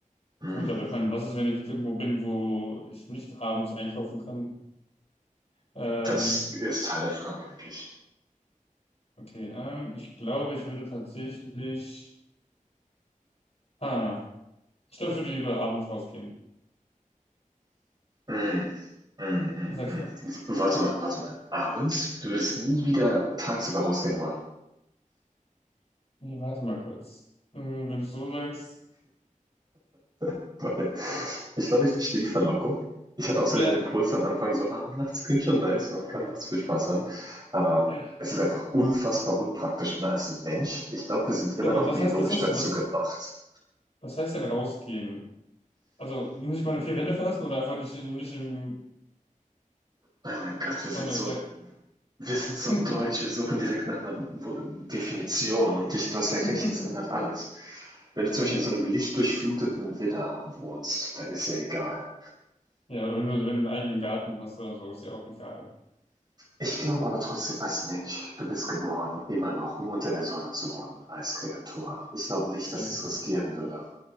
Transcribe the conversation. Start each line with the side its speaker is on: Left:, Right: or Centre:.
Right: Mm,
Left: Gut, aber ich meine, was ist, wenn ich jetzt irgendwo bin, wo ich nicht abends einkaufen kann? Ähm,
Right: das ist Teil der Frage, denke ich.
Left: okay, ähm, ich glaube, ich würde tatsächlich, ah, ich glaube, ich würde lieber abends rausgehen.
Right: Mhm. Mhm, mhm,
Left: Was sagst
Right: mhm.
Left: du?
Right: W- Warte mal, warte mal. Abends? Du würdest nie wieder tagsüber rausgehen wollen.
Left: Nee, warte mal kurz. Hm, Wenn du es so sagst,
Right: <laughs> Weil ich glaube, ich verstehe die Verlockung. Ich hatte auch so
Left: ja.
Right: den Impuls am Anfang so, ah, nachts klingt schon nice und man kann nachts viel Spaß haben. Aber
Left: Ja.
Right: es ist einfach unfassbar unpraktisch. Und als Mensch, ich glaube, wir sind immer
Left: Ja, aber
Right: noch
Left: was
Right: biologisch
Left: heißt, was heißt
Right: dazu
Left: denn, was,
Right: gemacht.
Left: was heißt denn rausgehen? Also nicht meine vier Wände verlassen oder einfach nicht in, nicht in,
Right: Oh mein
Left: nicht
Right: Gott, wir
Left: so
Right: sind
Left: eine,
Right: so, wir sind so
Left: äh,
Right: deutsch. Wir suchen direkt nach einer Wo- Definition. Und ich, du hast
Left: <laughs>
Right: ja recht, das ändert alles. Wenn du zum
Left: ja.
Right: Beispiel in so einem lichtdurchfluteten Villa wohnst, dann ist ja egal.
Left: Ja, oder wenn du, wenn du einen eigenen Garten hast oder so, ist ja auch egal.
Right: Ich glaube aber trotzdem als Mensch, du bist geboren immer noch, um unter der Sonne zu wohnen als Kreatur. Ich glaube nicht,
Left: Ja,
Right: dass
Left: okay.
Right: ich's riskieren würde.